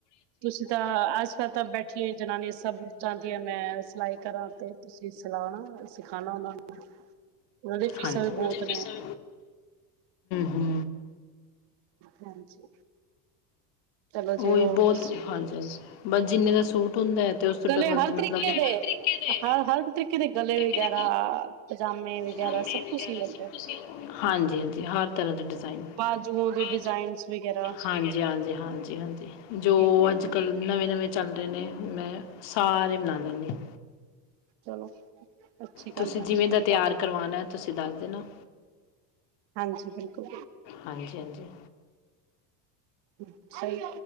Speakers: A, on the right; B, on the left.
A: ਤੁਸੀਂ ਤਾਂ ਅੱਜ ਕੱਲ ਤਾਂ ਬੈਠੀਆਂ ਜਨਾਨੀਆਂ ਸਭ ਚਾਹੁੰਦੀ ਆ ਮੈਂ ਸਿਲਾਈ ਕਰਾਂ ਤੇ ਤੁਸੀਂ ਸਿਲਾਣਾ ਸਿਖਾਣਾ ਉਹਨਾਂ ਨੂੰ ਉਹਨਾਂ ਦੀ ਫੀਸਾਂ
B: ਹਾਂਜੀ
A: ਵੀ
B: ਹਮ
A: ਬਹੁਤ ਨੇ
B: ਹਮ।
A: ਹਾਂਜੀ। ਚਲੋ ਜੀ
B: ਉਹੀ
A: ਹੋਰ
B: ਬਹੁਤ
A: ਦੱਸ
B: ਹਾਂਜੀ ਹਾਂਜੀ। ਬਸ ਜਿੰਨੇ ਦਾ ਸੂਟ ਹੁੰਦਾ ਹੈ ਤੇ ਉਸ ਤੋਂ
A: ਗਲੇ
B: ਡਬਲ
A: ਹਰ
B: ਤੇ ਮਤਲਬ
A: ਤਰੀਕੇ
B: ਹਰ
A: ਦੇ
B: ਕਿਤੇ
A: ਹਰ ਹਰ ਤਰੀਕੇ ਦੇ ਗਲੇ ਵਗੈਰਾ
B: ਕਿਤੇ
A: ਪਜਾਮੇ
B: ਪਜਾਮੇ
A: ਵਗੈਰਾ ਸਬ ਕੁਛ ਸੀ ਲੈਂਦੇ ਔ
B: ਤੁਸੀਂ ਹਾਂਜੀ ਹਾਂਜੀ ਹਰ ਤਰ੍ਹਾਂ ਦੇ ਡਿਜ਼ਾਈਨ
A: ਬਾਜੂ ਦੇ
B: ਬਾਜ
A: ਡਿਜ਼ਾਇਨਸ ਵਗੈਰਾ?
B: ਹਾਂਜੀ ਹਾਂਜੀ ਹਾਂਜੀ ਹਾਂਜੀ ਜੋ
A: ਠੀਕ ਹੈ
B: ਅੱਜ ਕੱਲ ਨਵੇਂ ਨਵੇਂ ਚੱਲ ਰਹੇ ਨੇ ਮੈਂ ਸਾਰੇ ਬਣਾ ਲੈਂਦੀ ਆ।
A: ਚਲੋ। ਅੱਛੀ
B: ਤੁਸੀਂ
A: ਗੱਲ ਹੈ
B: ਜਿਵੇਂ
A: ਜੀ
B: ਦਾ
A: ਕੋਈ
B: ਤਿਆਰ
A: ਗੱਲ ਨੀ
B: ਕਰਵਾਉਣਾ ਐ ਤੁਸੀਂ ਦੱਸ ਦੇਣਾ।
A: ਹਾਂਜੀ ਬਿਲਕੁਲ
B: ਹਾਂਜੀ ਹਾਂਜੀ।
A: ਹਮ। ਸਹੀ